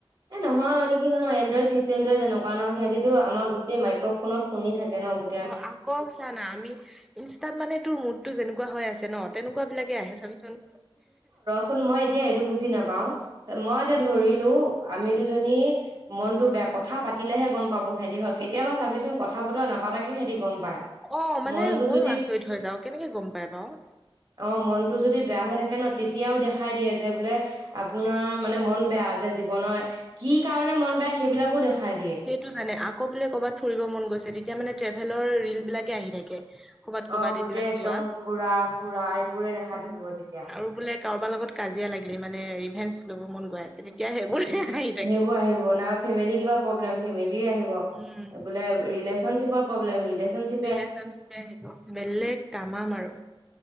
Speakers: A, on the right; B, in the centre.
A: এ নহয়, মানে কি জান! এণ্ড্ৰইডৰ চিষ্টেমটোৱে তেনেকুৱা ন। সিহঁতিতো আমাৰ গোটে মাইক্ৰ'ফোনত শুনি থাকে ন। গো
B: অ' আকৌ চা-না- আমি ইনষ্টাত মানে তোৰ মুডটো যেনেকুৱা হৈ আছে ন তেনেকুৱাবিলাকে আহে চাবিচোন।
A: চোন, মই এতিয়া এইটো বুজি নাপাও, মই এতিয়া ধৰিলো আমি দুজনী মনটো বেয়া। কথা পাতিলেহে গম পাব, সিহঁতি হয়। কেতিয়াবা চাবিচোন কথা -বতৰা নাপাতাকে সিহঁতি গম পায়।
B: অ' মানে
A: মনটো
B: মইয়ো
A: যদি
B: আচৰিত হৈ যাওঁ। কেনেকে গম পাই বাও।
A: অ' মনটো যদি বেয়া হৈ থাকে ন, তেতিয়াও দেখাই দিয়ে যে বোলে আপোনাৰ মানে মন বেয়া, যে জীৱনৰ। কি কাৰণে মন বেয়া সেইবিলাকো দেখাই দিয়ে।
B: তোৰ জানে। আকৌ বোলে ক'বাত ফুৰিব মন গৈছে, তেতিয়া মানে ট্ৰেভেলৰ ৰিল বিলাকে আহি থাকে। ক'বাত ক'বাত
A: অ গোটেই
B: এইবিলাক
A: একদম
B: যোৱা।
A: ঘুৰা ফুৰা এইবোৰে দেখাই
B: উম।
A: থাকিব তেতিয়া
B: আৰু বোলে কাৰোবাৰ লগত কাজিয়া লাগিলি, মানে ৰিভেঞ্চ ল'ব মন গৈ আছে, তেতিয়া সেইবোৰে
A: সেইবোৰ
B: আহি থাকে।
A: <unintelligible> ফেমিলি কিবা প্ৰব্লেম, ফেমিলিৰ আহিব।
B: উম।
A: বোলে, ৰিলেশ্ব্যনশ্বিপৰ প্ৰব্লেম, ৰিলেশ্ব্যনশ্বিপ
B: ৰিলেশ্ব্যনশ্বিপে আহিব। বেল্লেগ। তাম্মাম আৰু।